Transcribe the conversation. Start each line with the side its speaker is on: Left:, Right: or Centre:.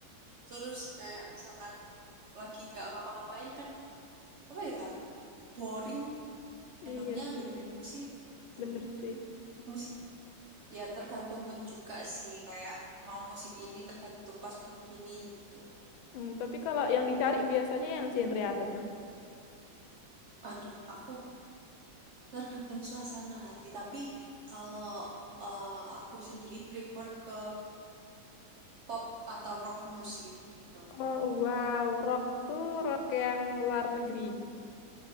Right: terus kayak misalkan lagi nggak ngapa-ngapain kan apa ya, boring, enaknya
Left: Iya
Right: dengerin
Left: sih,
Right: musik tuh.
Left: bener sih.
Right: Musik ya tergantung mood juga sih, kayak mau musik ini tergantung pas mood gini gitu.
Left: Hmm, tapi kalau yang dicari biasanya yang genre apa tuh?
Right: Aduh, aku tergantung suasana hati, tapi kalau eh, aku sendiri prefer ke pop atau rock musik gitu.
Left: Oh wow, rock tuh rock yang luar negeri.